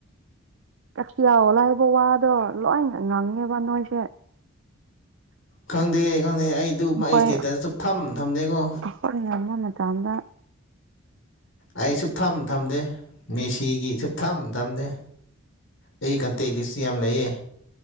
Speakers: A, on the right; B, on the left.
A: ꯀꯁꯤ ꯌꯥꯍꯜꯂꯏꯕ ꯋꯥꯗꯣ ꯂꯣꯏ ꯉꯪꯉꯦꯕ ꯅꯣꯏꯁꯦ
B: ꯈꯪꯗꯦ ꯈꯪꯗꯦ ꯑꯩꯗꯨ
A: ꯑꯩꯈꯣꯏ
B: ꯃꯥ ꯑꯩ ꯏꯁꯇꯦꯠꯇꯁ ꯁ ꯊꯝ ꯊꯝꯗꯦꯀꯣ
A: ꯑꯩꯈꯣꯏ ꯉꯝꯕ ꯃꯇꯝꯗ
B: ꯑꯩ ꯁꯨꯞ ꯊꯝ ꯊꯝꯗꯦ ꯃꯤꯁꯤꯒꯤ ꯁꯨꯞ ꯊꯝ ꯊꯝꯗꯦ ꯑꯩ ꯀꯟꯇꯦꯠꯂꯤꯁ ꯌꯥꯝ ꯂꯩꯌꯦ